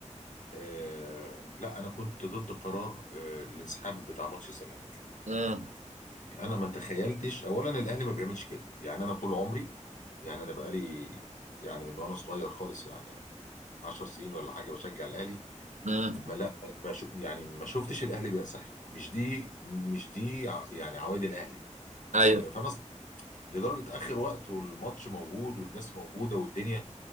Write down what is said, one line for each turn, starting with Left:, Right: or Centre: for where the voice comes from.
Left: آه لا انا كنت ضد قرار آه الانسحاب بتاع ماتش الزمالك
Right: امم
Left: انا ما تخيلتش اولا الاهلي ما بيعملش كده يعني انا طول عمري يعني انا بقالي يعني من وانا صغير خالص يعني 10 سنين ولا حاجه بشجع الاهلي
Right: امم
Left: ما لا ما شو يعني ما شفتش الاهلي بينسحب مش دي مش دي ع- يعني عوايد الاهلي
Right: ايوه
Left: ما بي- فانا أص- لدرجه اخر وقت والماتش موجود والناس موجوده والدنيا